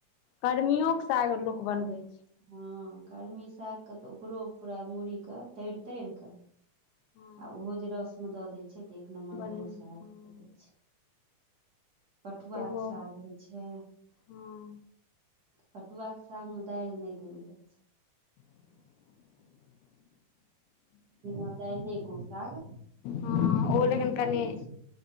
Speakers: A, on the left; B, on the right.
A: कर्मियो के साग लोक बनबै छै
B: हँ कर्मी सागके तऽ ओकरो पूरा मूड़ीके तोर तोर कऽ
A: हँ
B: आ ओहो जे रस्मे दऽ दै छै तऽ एक नम्बर
A: बड़
B: ओहो
A: हँ
B: सागै छै पटुआके
A: एगो
B: साग होइ छै
A: हँ
B: पटुआ के साग में दालि नै देल जाय छै बिना दाइले के उ साग
A: हँ ओ लेकिन
B: बनै
A: कनि
B: छै